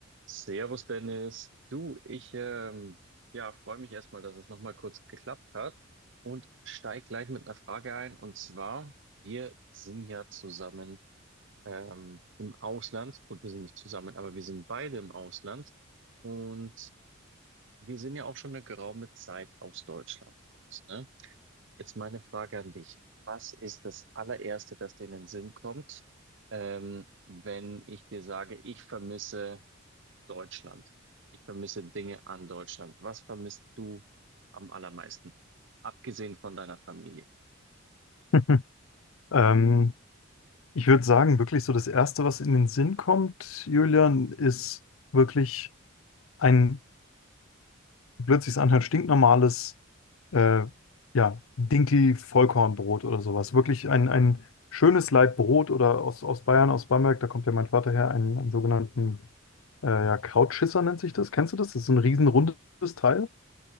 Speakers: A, on the right; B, on the left.
A: Servus Dennis, du, ich ähm, ja, freue mich erstmal, dass es nochmal kurz geklappt hat und steig gleich mit einer Frage ein. Und zwar, wir sind ja zusammen ähm, im Ausland. Gut, wir sind nicht zusammen, aber wir sind beide im Ausland und wir sind ja auch schon eine geraume Zeit aus Deutschland raus, ne? Jetzt meine Frage an dich. Was ist das allererste, das dir in den Sinn kommt, ähm, wenn ich dir sage, ich vermisse Deutschland. Ich vermisse Dinge an Deutschland. Was vermisst du am allermeisten? Abgesehen von deiner Familie.
B: <laughs> Ähm, ich würde sagen, wirklich so das Erste, was in den Sinn kommt, Julian, ist wirklich ein, wie blöd sich's anhört, stinknormales, äh, ja, Dinkel-Vollkornbrot oder sowas. Wirklich ein, ein schönes Laib Brot oder aus, aus Bayern, aus Bamberg, da kommt ja mein Vater her, einen, einen sogenannten, äh, ja, Krautschisser nennt sich das. Kennst du das? Das ist so ein riesenrundes Teil.